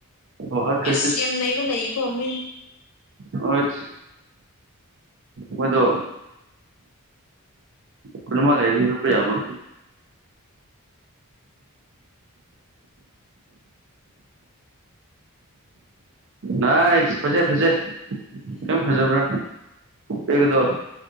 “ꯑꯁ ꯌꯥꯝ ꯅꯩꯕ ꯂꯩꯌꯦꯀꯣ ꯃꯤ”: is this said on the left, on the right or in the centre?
Left